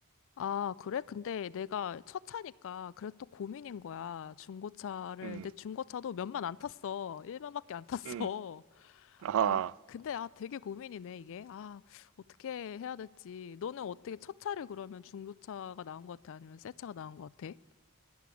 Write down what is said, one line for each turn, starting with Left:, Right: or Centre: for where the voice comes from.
Left: 아, 그래? 근데 내가 첫 차니까 그래도 또 고민인 거야. 중고차를.
Right: 음,
Left: 내 중고차도 몇만 안 탔어. 1만밖에 안 탔어.
Right: 음. 아,
Left: 아, 근데 아 되게 고민이네, 이게. 아, 어떻게 해야 될지. 너는 어떻게 첫 차를 그러면 중고차가 나은 것 같아? 아니면 새 차가 나은 것 같아?